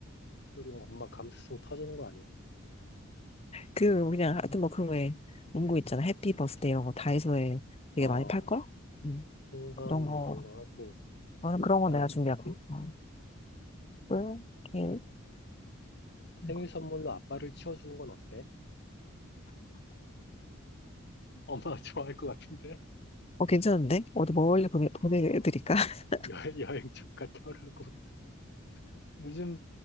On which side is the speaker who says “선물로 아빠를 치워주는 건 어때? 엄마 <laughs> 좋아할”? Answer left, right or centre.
Left